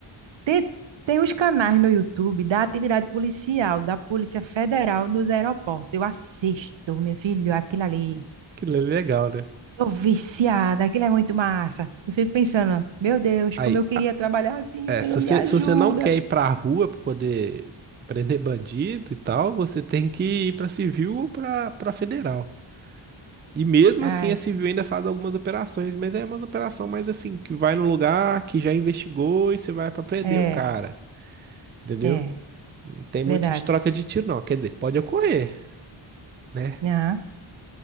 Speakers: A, on the right; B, on the right.
A: Tem, tem os canais no YouTube da atividade policial, da Polícia Federal nos aeroportos. Eu assisto, meu filho, aquilo ali.
B: Que le- legal, né?
A: Tô viciada, aquilo é muito massa. Eu fico pensando, meu Deus,
B: Aí,
A: como eu queria trabalhar assim,
B: é,
A: Senhor,
B: se você,
A: me ajuda.
B: se você não quer ir pra rua pra poder prender bandido e tal, você tem que ir pra civil ou pra, pra federal. E mesmo
A: Ai,
B: assim, a civil ainda faz algumas operações, mas é uma operação mais assim, que vai no lugar que já investigou e você vai pra prender
A: é,
B: o cara, entendeu?
A: é,
B: Não tem muito
A: verdade.
B: de troca de tiro, não. Quer dizer, pode ocorrer né?
A: Ah,